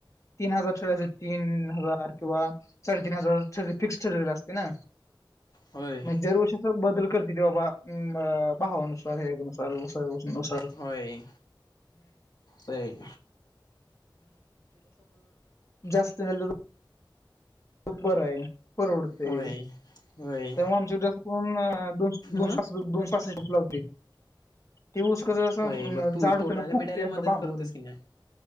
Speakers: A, on the left; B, on the left.
A: तीन हजार छोडच तीन हजार किंवा साडेतीन हजार फिक्स ठरलेले असते ना
B: होय
A: म दरवर्षी बदल कर. जतीबा उम भावानुसार हेुसार बसर बसरुसर
B: होय होय.
A: जास्तत. ख बर मे परवडतय.
B: होय होय
A: तेव्हा आमच्या डसश
B: मग
A: दो दोनशे होते. ते उस कसं असं
B: होय मग तू
A: जाड
B: तोडायला
A: होतय फुगतय
B: बिडायला
A: असं
B: मदत
A: मागून
B: करतोस की नाही